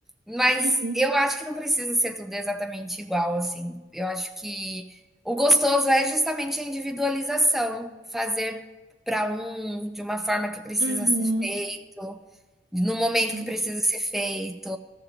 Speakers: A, in the centre; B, on the right.
A: mas
B: uhum.
A: eu acho que não precisa ser tudo exatamente igual, assim. Eu acho que o gostoso é justamente a individualização, fazer para um de uma forma que precisa
B: Uhum.
A: ser feito, no momento
B: Sim.
A: que precisa ser feito.